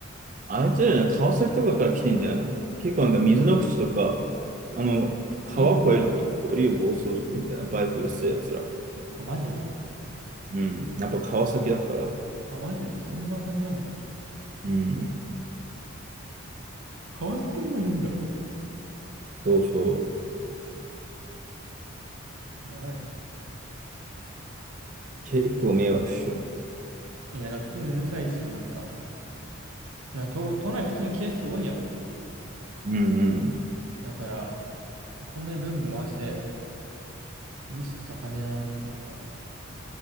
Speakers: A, on the right (about 40°); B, on the right (about 80°).
A: あいつらじゃない、川崎とかから来てんじゃないの結構なんか水の口とか、あの、川越えると結構いるよ、
B: いい
A: 暴走族みたいな、バイクうるせえやつら。
B: あ、マジで。
A: うん。やっぱ川崎だから。
B: あ、マジで。そんな感じなんだ。
A: うん。
B: 川崎にもいるんだ。
A: そうそう。
B: やばいな。
A: 結構迷惑っしょ。
B: いや、なんか普通にうるさいし、なんか、な都、都内普通に警察多いやん。
A: うんうん。
B: だから、こんなにブンブン回して、リスク高めだなっていうか。